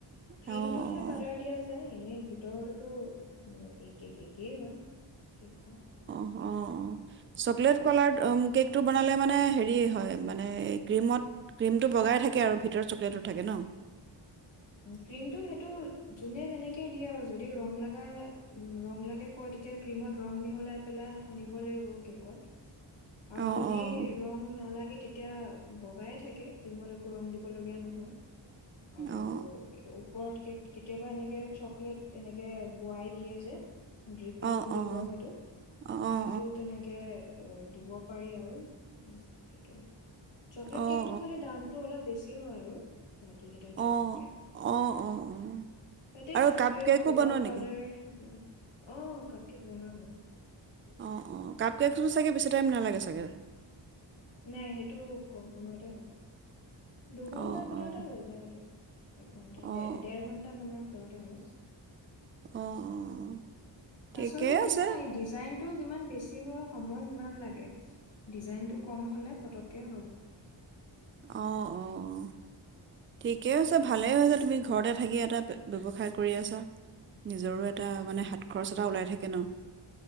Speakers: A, on the left; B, on the right.
A: ক্ৰীমটোতহে
B: অঁ অঁ
A: কালাৰ দিয়া যায় এনেই ভিতৰতোতো একে একেই হয় কি কোৱা
B: অ অ চকলেট কালাৰ্ কেকটো বনালে মানে হে হয় মানে কমত ক্ৰীমটো বগাই থাকে আৰু ভিতৰত চকলেটোটো থাকে ন
A: ক্ৰীমটো সেইটো যোনে যেনেকে দিয়ে আৰু যদি ৰং লগা ৰং লগাকে কয় তেতিয়া ক্ৰীমত ৰং মিহলাই পেলাই সানিব লাগিব কেকত আৰু
B: অঁ
A: যদি
B: অঁ
A: ৰং নালাগে তেতিয়া বগাই থাকে ক্ৰীমত একো ৰং দিবলগীয়া নহয় আৰু আৰু
B: অঁ
A: ওপৰত কেতিয়াবা এনেকে চকলেট এনেকে বোৱাই দিয়ে যে ড্ৰিপিং
B: অঁ
A: বুলি
B: অঁ
A: কয় সেইটো
B: অঁ অঁ
A: সেইটো তেনেকে দিব পাৰি আৰু সেইটো চকলেট
B: অঁ অঁ অঁ
A: কেকটো খালি দামটো অলপ বছি বে হয় আৰু বাকী কেইটাক তাতে
B: অঁ অঁ অঁ অঁ আৰু
A: চকলেট
B: কাপ কেকো
A: ককোৱা
B: বনোৱা
A: পাউদাৰ
B: নেকি
A: সেইবিলাক আহ কাপ কেক বনাও বনাও
B: অ অ কাপ কেকো চাগে বেছি টাইম নালাগে চাগে
A: নাই সেইটো কম সময়তে হয় দুঘন্টাৰ
B: অঁ
A: ভিতৰতে
B: অঁ
A: হৈ যায় সেইটো এঘন্টা ডেৰ
B: অঁ
A: ডেৰ ঘণ্টা মানৰ ভিতৰতে আৰু
B: অঁ অঁ ঠিকে
A: আচলতে কি
B: আছে
A: জানা এই ডিজাইন যিমান বেছি হয় সময় সিমান লাগে ডিজাইনটো কম হলে পটককে
B: অঁ অঁ ঠিকেই হৈছে ভালেই হৈছে তুমি ঘৰতে থাকি এটা ব্যৱসায় কৰি আছা নিজৰো এটা মানে হাত খৰচ এটা ওলাই থাকে ন